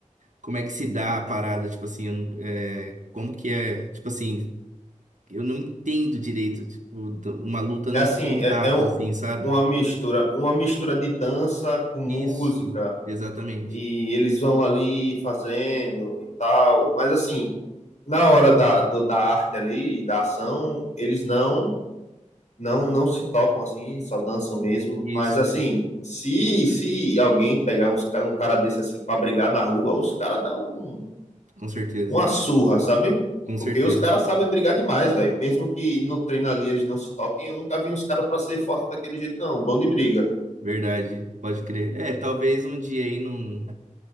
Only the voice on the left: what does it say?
É assim,
é, é um-
uma mistura, uma mistura de dança com música.
E eles vão ali fazendo e tal. Mas assim, na hora da, do- da arte ali, da ação, eles não não não se tocam assim, só dançam mesmo.
Mas assim,
se se alguém pegar uns, ca- um cara desse assim para brigar na rua, os caras dão um-
uma surra, sabe?
Porque os caras sabem brigar demais, velho. Mesmo que no treino ali eles não se toquem, eu nunca vi uns caras para ser forte daquele jeito, não. Bom de briga.